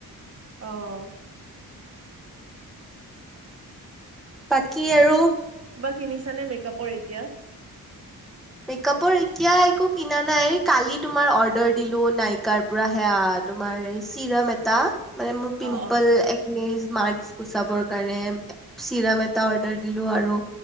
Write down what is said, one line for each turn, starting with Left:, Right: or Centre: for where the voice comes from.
Right: অ
Centre: বাকী আৰু
Right: কিনিছা নে মেকআপৰ এতিয়া
Centre: মেকাপৰ এতিয়া একো কিনা নাই বুলি কালি তোমাৰ অৰ্ডাৰ দিলোঁ নাইকাৰ পৰা সেয়া তোমাৰ চিৰাম এটা মানে মোৰ পিম্পল
Right: অ অ
Centre: একনিজ মাৰ্কছ গুচাবৰ কাৰণে চিৰাম এটা অৰ্ডাৰ দিলোঁ আৰু